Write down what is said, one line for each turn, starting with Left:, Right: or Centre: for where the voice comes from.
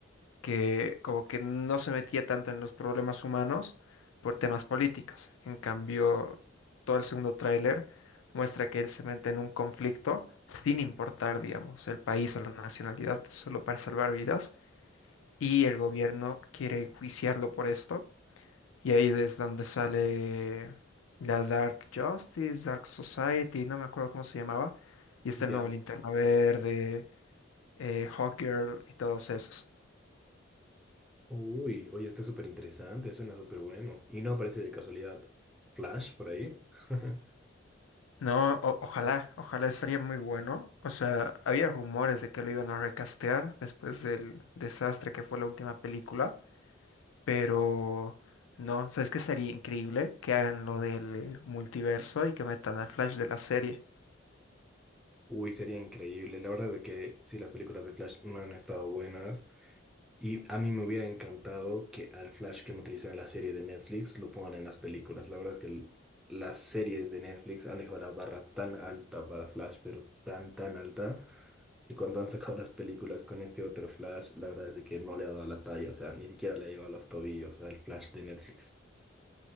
Left: que como que no se metía tanto en los problemas humanos por temas políticos. En cambio, todo el segundo tráiler muestra que él se mete en un conflicto sin importar, digamos, el país o la nacionalidad, solo para salvar vidas. Y el gobierno quiere enjuiciarlo por esto. Y ahí es donde sale la Dark Justice, Dark Society, no me acuerdo cómo se llamaba. Y está
Centre: Ya.
Left: el nuevo Linterna Verde, eh, Hawkgirl y todos esos.
Centre: Uy, oye, está súper interesante, suena súper bueno. Y no aparece de casualidad Flash por ahí. <laughs>
Left: No, o- ojalá, ojalá estaría muy bueno. O sea, había rumores de que lo iban a recastear después del desastre que fue la última película, pero no, ¿sabes qué? Sería increíble que hagan lo del multiverso y que metan al Flash de la serie.
Centre: Uy, sería increíble. La verdad es de que sí, las películas de Flash no han estado buenas. Y a mí me hubiera encantado que al Flash que han utilizado en la serie de Netflix lo pongan en las películas. La verdad es que el- las series de Netflix han dejado la barra tan alta para Flash, pero tan, tan alta. Y cuando han sacado las películas con este otro Flash, la verdad es de que no le ha dado la talla, o sea, ni siquiera le ha llegado a los tobillos al Flash de Netflix.